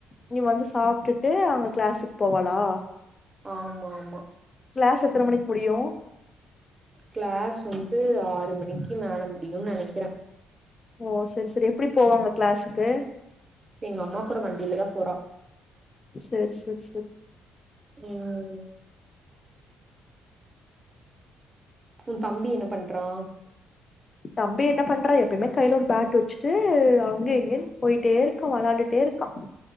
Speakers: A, on the left; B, on the right.
A: நீ வந்து சாப்ட்டுட்டு அவங்க கிளாஸுக்கு போவாளா
B: ஆமா மா
A: கிளாஸ் எத்தன மணிக்கு முடியு
B: கிளாஸ் வந்து ஆறு மணிக்கு மேல முடியுன் நினைக்கிற
A: ஓ செரி செரி எப்டி போவாங்க கிளாஸுக்கு
B: எங்க அம்மா கூட வண்டிலதா போறா
A: செரி செரி செரி
B: ம் உன் தம்பி என்ன பண்றான்
A: தம்பி என்ன பண்றா எப்பயுமே கைல ஒரு பேட் வச்சுட்டு அங்க இங்கன்னு போயிட்டே இருக்கா வெளாண்டுட்டே இருக்கா